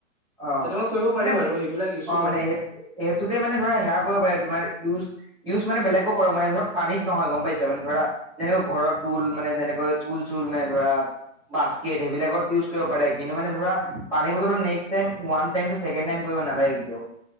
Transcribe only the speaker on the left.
তেনেকুৱা কৰিব পাৰি
বাৰু সেইবিলাক ইউজফুল
হয়